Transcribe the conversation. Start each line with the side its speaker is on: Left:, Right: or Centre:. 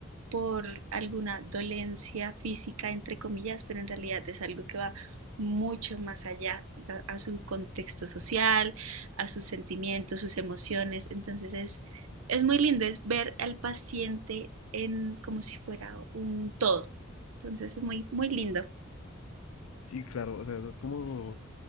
Right: por alguna dolencia física, entre comillas, pero en realidad es algo que va mucho más allá a su contexto social, a sus sentimientos, sus emociones. Entonces es, es muy lindo, es ver al paciente en como si fuera un todo. Entonces es muy, muy lindo.
Left: Sí, claro, o sea, eso es como,